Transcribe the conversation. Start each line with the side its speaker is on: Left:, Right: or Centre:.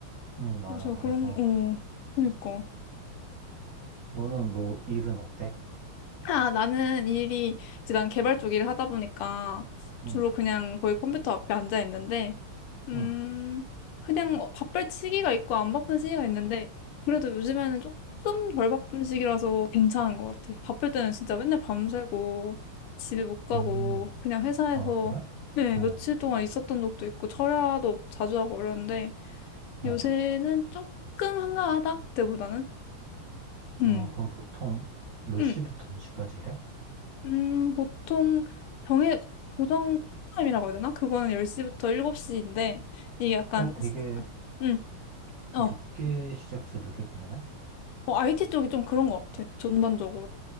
Right: 응, 맞아.
Left: 그래서
Right: 그래서
Left: 그런, 어, 그러니까.
Right: 너는 뭐 일은 어때?
Left: 아, 나는 일이, 이제 난 개발 쪽 일을 하다 보니까
Right: 응,
Left: 주로 그냥 거의 컴퓨터 앞에 앉아 있는데, 음,
Right: 응.
Left: 그냥 어, 바쁠 시기가 있고 안 바쁜 시기가 있는데, 그래도 요즘에는 조금 덜 바쁜 시기라서 괜찮은 것 같아. 바쁠 때는 진짜 맨날 밤새고, 집에 못 가고,
Right: 음,
Left: 그냥 회사에서
Right: 아, 그래?
Left: 네,
Right: 어,
Left: 며칠 동안 있었던 적도 있고, 철야도 자주 하고 그러는데,
Right: 어.
Left: 요새는 조금 한가하다, 그때보다는. 음
Right: 어, 그럼 보통 몇
Left: 음.
Right: 시부터 몇 시까지 일해?
Left: 음, 보통 정해 고정 타임이라고 해야 되나? 그거는 10시부터 7시인데 이게 약간
Right: 어, 되게
Left: 음, 어.
Right: 늦게 시작해서 늦게 끝나네?
Left: 어, IT 쪽이 좀 그런 것 같아. 전반적으로.